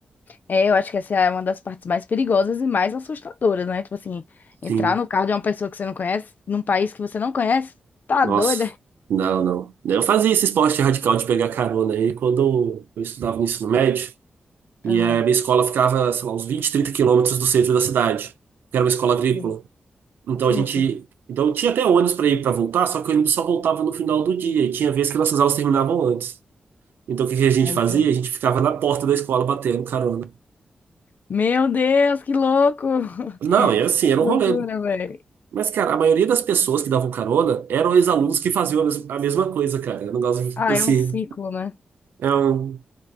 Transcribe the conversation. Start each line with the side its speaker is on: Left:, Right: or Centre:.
Left: É, eu acho que essa é uma das partes mais perigosas e mais assustadoras, né? Tipo assim,
Right: Sim.
Left: entrar no carro de uma pessoa que você não conhece, num país que você não conhece, tá
Right: Nossa,
Left: doida?
Right: não, não. Eu fazia esse esporte radical de pegar carona aí quando eu estudava no ensino médio. E
Left: Aham.
Right: a minha escola ficava, sei lá, uns 20 30 quilômetros do centro da cidade, que era uma escola agrícola.
Left: Sim,
Right: Então
Left: sim.
Right: a gente.
Left: sim.
Right: Então tinha até ônibus para ir para voltar, só que o ônibus só voltava no final do dia. E tinha vezes que nossas aulas terminavam antes. Então o que que a gente
Left: Aí,
Right: fazia?
Left: sim.
Right: A gente ficava na porta da escola batendo carona.
Left: Meu Deus, que louco! <laughs>
Right: Não, era assim, era
Left: Loucura,
Right: um rolê.
Left: velho.
Right: Mas, cara, a maioria das pessoas que davam carona eram ex-alunos que faziam a mes- a mesma coisa, cara. Era um negócio
Left: Ah,
Right: assim.
Left: é um ciclo, né?
Right: É um